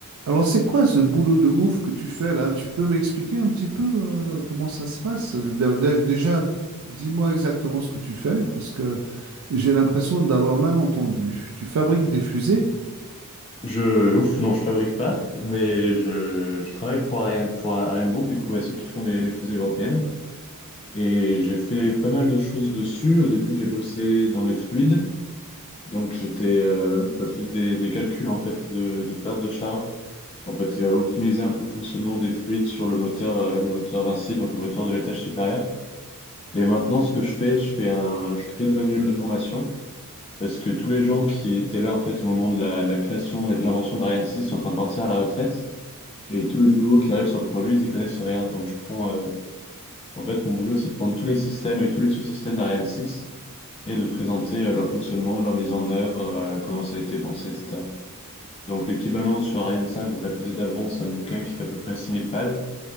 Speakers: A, on the right (about 70°); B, on the left (about 25°).
A: Alors, c'est quoi ce boulot de ouf que tu fais là? Tu peux m'expliquer un petit peu euh, comment ça se passe? Dé- dé- Déjà, dis-moi exactement ce que tu fais, parce que j'ai l'impression d'avoir mal entendu. Tu fabriques des fusées?
B: Je, ouf, non, je fabrique pas, mais je, je travaille pour Ariane, pour Ariane Group, du coup, à ceux qui font les, les fusées européennes. Et j'ai fait pas mal de choses dessus. Au début, j'ai bossé dans les fluides. Donc, j'étais, euh, enfin, je faisais des, des calculs, en fait, de, de perte de charge. En fait, euh, optimiser un peu le fonctionnement des fluides sur le moteur, euh, le moteur Vinci, donc le moteur de l'étage supérieur. Et maintenant, ce que je fais, je fais un, je crée des manuels de formation. Parce que tous les gens qui étaient là, en fait, au moment de la, la création et de l'invention d'Ariane 6 sont en train de partir à la retraite. Et tous les nouveaux qui arrivent sur le projet, ils y connaissent rien. Donc je prends, euh, en fait, mon boulot, c'est de prendre tous les systèmes et tous les sous-systèmes d'Ariane 6 et de présenter euh, leur fonctionnement, leur mise en œuvre, euh, comment ça a été pensé, etc. Donc l'équivalent sur Ariane 5, donc la fusée d'avance, c'est un bouquin qui fait à peu près 6000 pages.